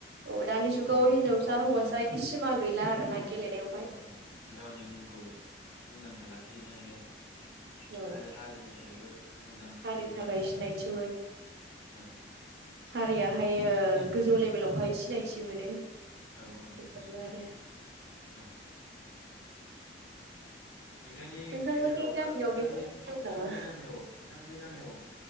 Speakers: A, on the right; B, on the left.
A: औ दानि जुगाव
B: गाव
A: हिनजावसा
B: गावनि
A: हौवासा
B: नामखौ
A: बिदि सिमा गैला आरोना गेलेनायावहाय
B: औ औ गावनि मुंखौ मुंदांखा लाख खिनो हायो आरो
A: औ
B: आरो हारिनि थाखायबो मोजां
A: हारिनि
B: जौगाहोनो
A: थाखाय सिनायथि
B: हायो। औ।
A: हारिया हाय एयो गोजौ लेभेलावहाय सिनाय मिथि मोनो।
B: औ औ
A: बेफोरनो आरो
B: औ औ। नोंथांनि
A: नोंथांमोननि
B: गेजेराव
A: गामियाव
B: ओ नोंथांनि
A: बेफोरबायदि दं
B: नोंथांमोननि
A: नामा
B: गामियाव नोंथांमोननि गामियाव